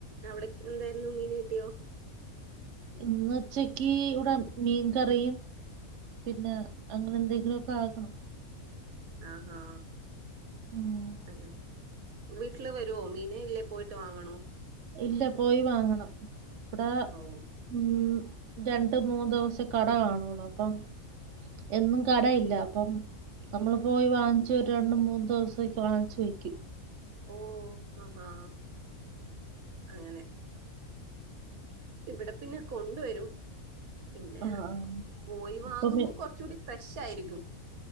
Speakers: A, on the right (about 75°); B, on the right (about 60°).
A: അവിടെ എന്തായിരുന്നു മീൻ കിട്ടിയോ?
B: ഇന്ന് ഉച്ചക്ക് ഇവിടെ മീൻ കറിയും പിന്നെ അങ്ങനെ എന്തെങ്കിലൊക്കെ ആക്കണം
A: ആഹാ
B: ഉം.
A: <unintelligible> വീട്ടില് വരോ മീന് ഇല്ലേ പോയിട്ട് വാങ്ങണോ?
B: ഇല്ല പോയി വാങ്ങണം ഇവടാ
A: ഓ
B: ഉം രണ്ട് മൂന്ന് ദിവസെ കട കാണോള്ളൂ അപ്പം എന്നും കടയില്ല അപ്പം നമ്മള് പോയി വാങ്ങിച്ച് വരുവാണേൽ രണ്ട് മൂന്ന് ദിവസേക്ക് വാങ്ങിച്ചു വയ്ക്കും
A: ഓഹ് ആഹാ അങ്ങനെ ഇവിടെ പിന്നെ കൊണ്ടുവരും പിന്നെ
B: ആ ആ.
A: പോയി വാങ്ങുമ്പോ
B: ഇപ്പൊ മീ-
A: കൊറച്ചുടി ഫ്രഷായിരിക്കും